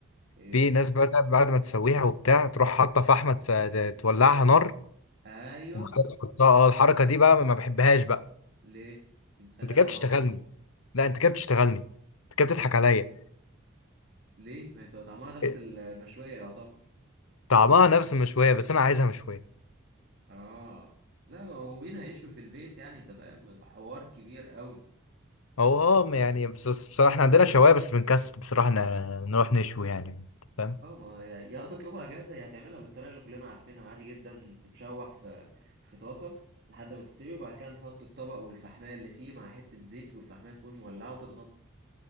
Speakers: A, on the right; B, on the left.
A: ايه
B: في ناس بقى بتاع- بعد ما تسويها وبتاع تروح حاطة فحمة تس- تولعها نار
A: ايوه
B: وبعدها تحطها اه الحركة دي بقى ما بحبهاش بقى
A: ليه دي بتخليها
B: انت كده
A: طعمها
B: بتشتغلني
A: حلو
B: لا انت كده بتشتغلني انت كده بتضحك عليا
A: ليه ما هي بتبقى طعمها نفس
B: إيه،
A: المشوية يعتبر
B: طعمها نفس المشوية بس انا عايزها مشوية
A: اه لا ما هو مين هيشوي في البيت يعني انت فاهم حوار كبير قوي
B: هو اه يعني بس بس بصراحة احنا عندنا شواية بس بنكسل بصراحة ن- نروح نشوي يعني انت فاهم
A: اه ما يا يا هتطلبها جاهزه يا هتعملها بالطريقه اللي كلنا عارفينها عادي جدا تتشوح في في طاسه لحد ما تستوي وبعد كده نحط الطبق والفحمايه اللي فيه مع حته زيت والفحمايه تكون مولعه وتتغطى